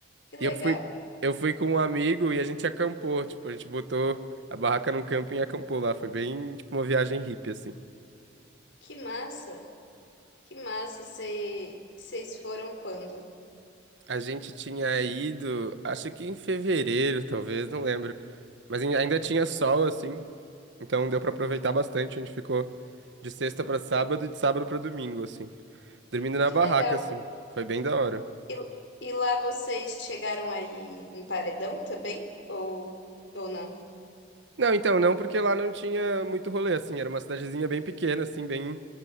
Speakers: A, on the left (about 65°); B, on the right (about 65°).
A: Que legal.
B: E eu fui, eu fui com um amigo e a gente acampou, tipo, a gente botou a barraca num camping e acampou lá, foi bem, tipo, uma viagem hippie, assim.
A: Que massa. Que massa. Vocês foram quando?
B: A gente tinha ido, acho que em fevereiro, talvez, não lembro, mas ai- ainda tinha sol, assim, Então deu pra aproveitar bastante. A gente ficou de sexta pra sábado e de sábado pra domingo, assim. Dormindo na
A: Que
B: barraca,
A: legal.
B: assim. Foi bem da hora.
A: E, e lá vocês chegaram aí em paredão também? Ou, ou não?
B: Não, então, não porque lá não tinha muito rolê, assim. Era uma cidadezinha bem pequena, assim, bem